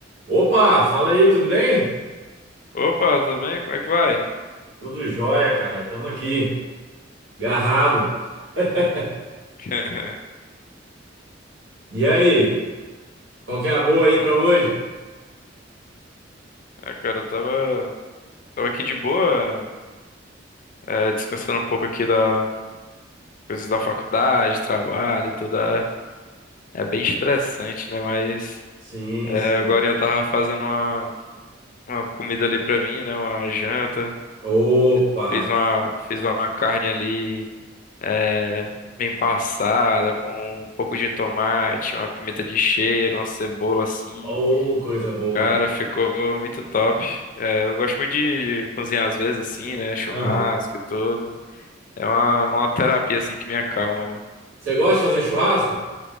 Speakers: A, on the right; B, on the left.
A: Opa, fala aí, tudo bem?
B: Opa, tudo bem? Como é que vai?
A: Tudo jóia, cara. Tamo aqui, garrado. <laughs>
B: <laughs>
A: E aí, qual que é a boa aí pra hoje?
B: Ah, cara, eu tava, tava aqui de boa, é, descansando um pouco aqui da coisas da faculdade, trabalho, e tudo. É é bem estressante, né? Mas
A: Sim,
B: é,
A: sim.
B: agora eu tava fazendo uma, uma comida ali pra mim, né? Uma janta.
A: Opa,
B: Fiz uma, fiz uma carne ali, é, bem passada, com um pouco de tomate, uma pimenta de cheiro, uma cebola assim.
A: oh, coisa boa.
B: Cara, ficou muito top. É, eu gosto muito de, de cozinhar às vezes, assim, né? Churrasco
A: Aham.
B: e tudo. É uma, uma terapia, assim, que me acalma, né?
A: Você gosta de fazer churrasco?